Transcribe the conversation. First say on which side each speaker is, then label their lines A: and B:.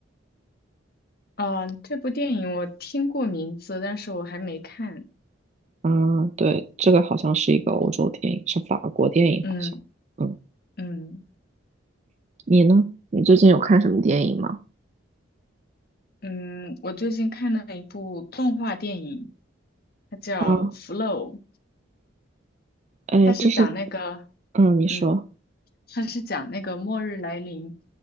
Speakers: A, on the left; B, on the right.
A: 嗯，这部电影我听过名字，但是我还没看。
B: 啊，对，这个好像是一个欧洲电影，是法国电影，
A: 嗯
B: 好像。嗯，
A: 嗯
B: 你呢？你最近有看什么电影吗？
A: 嗯，我最近看了一部动画电影，它叫《Flow》。
B: 啊，哎，
A: 它是讲那个，
B: 这是，嗯，你说。
A: 嗯，它是讲那个末日来临，